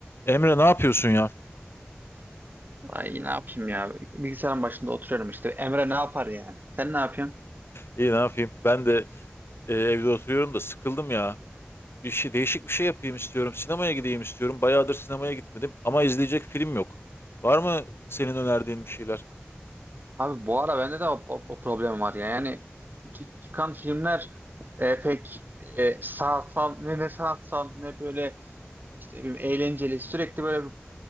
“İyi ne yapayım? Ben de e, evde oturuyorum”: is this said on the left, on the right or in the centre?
Left